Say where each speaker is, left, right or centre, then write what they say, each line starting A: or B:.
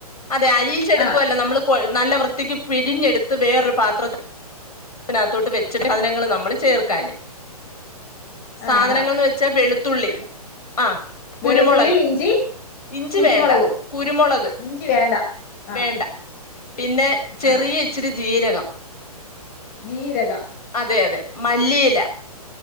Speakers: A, on the left; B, on the left.
A: അതെ അലീച്ചെടുക്കുവല്ലോ
B: ആ
A: നമ്മള് നല്ല വൃത്തിക്ക് പിഴിഞ്ഞെടുത്ത് വേറൊരു പാത്രത്തി ത്തിതിനകത്തോട്ട് വെച്ചിട്ട് സാധനങ്ങൾ നമ്മള് ചേർക്കാന് സാധനങ്ങൾന്ന്
B: ആ ആ
A: വെച്ചാ വെളുത്തുള്ളി ആ കുരുമുളക്
B: വെളുത്തുള്ളി ഇഞ്ചി
A: ഇഞ്ചി
B: കുരുമുളകും
A: വേണ്ട കുരുമുളക്
B: ഇഞ്ചി വേണ്ട ആഹ്
A: വേണ്ട പിന്നെ ചെറിയ
B: ആഹ്
A: ഇച്ചിരി ജീരകം,
B: ജീരകം
A: അതെ അതെ മല്ലിയില